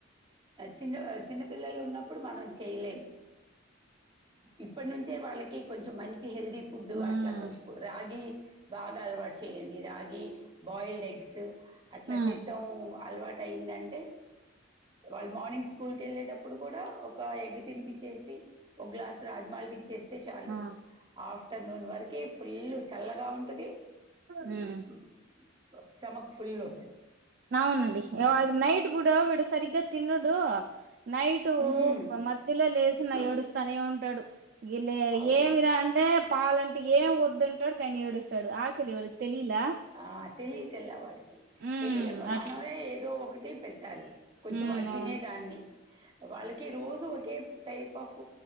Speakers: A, on the right; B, on the right.
A: చిన్న చిన్న పిల్లలు ఉన్నప్పుడు మనం చేయలేము, ఇప్పటి నుంచే వాళ్ళకి కొంచెం మంచి, హెల్దీ ఫుడ్
B: మ్మ్
A: అట్లా కొంచెం రాగి, బాగా అలవాటు చేయండి రాగి, బాయిల్డ్ ఎగ్స్ అట్లా
B: హ్మ్
A: తింటాం అల్వాట్ అయిందంటే వాళ్ళు మార్నింగ్ స్కూల్కి వెళ్ళేటప్పుడు కూడా, ఒక ఎగ్ తినిపించేసి ఒక గ్లాస్ రాజమాల ఇ చ్చేస్తే చాలు
B: ఆ
A: ఆఫ్టర్నూన్ వరకు, ఫుల్లు చల్లగా ఉంట ది ఉ
B: మ్మ్
A: హు స్టమక్ ఫుల్ ఉంటది.
B: అవునండి
A: హ్మ్.
B: వాడు నైట్ పూట వీడు సరిగ్గా తి తిన్నడు, నైట్టు
A: హ్మ్.
B: మధ్య లో లేసి, తిన్న ఏడుస్తానే ఉంటాడు. ఇగాలే
A: అవును.
B: ఏమిరా అంటే, పాలని ఏం వద్దు అంటాడు కానీ ఏడుస్తాడు, ఆకలి వాళ్ళకి తెలియలా
A: ఆ తెలియట్లే వాడికి
B: మ్మ్
A: తెలియదు
B: అట్లా
A: మనమే ఏదో ఒకటి పెట్టాలి. కొంచెం
B: మ్మ్
A: వాడు తినేదాన్ని,
B: అవును
A: వాళ్ళకి రోజు ఒకే టైప్ ఆఫ్